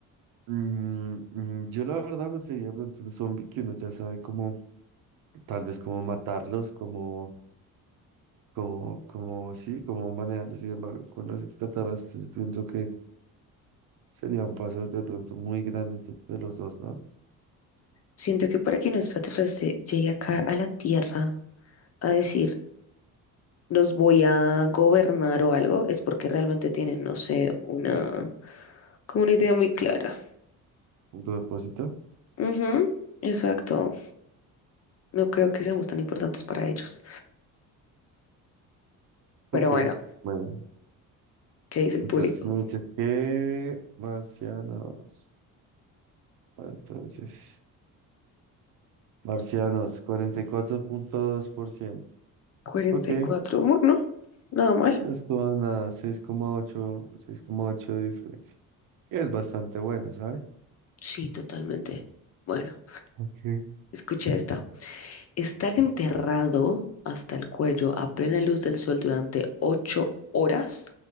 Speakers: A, on the right; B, on the left.
A: Mm, mm, yo la verdad preferiría de pronto un zombie que uno ya sabe cómo tal vez cómo matarlos, cómo, cómo, cómo, sí, cómo manejarlos. Sin embargo, con los extraterrestres, yo pienso que sería un paso de pronto muy grande entre los dos, ¿no?
B: Siento que para que un extraterrestre llegue acá a la Tierra a decir, los voy a gobernar o algo, es porque realmente tienen, no sé, una, como una idea muy clara.
A: Un propósito.
B: Ujú, exacto. No creo que seamos tan importantes para ellos. Pero
A: Ok,
B: bueno,
A: bueno,
B: ¿qué dice el
A: entonces
B: público?
A: me dices que marcianos, entonces, marcianos, 44.2%.
B: 44,
A: Ok, eh,
B: bueno, nada mal.
A: esto van a seis seis coma ocho, seis coma ocho de diferencia, que es bastante bueno, ¿sabes?
B: Sí, totalmente. Bueno,
A: Ok.
B: escucha esta. Estar enterrado hasta el cuello a plena luz del sol durante ocho horas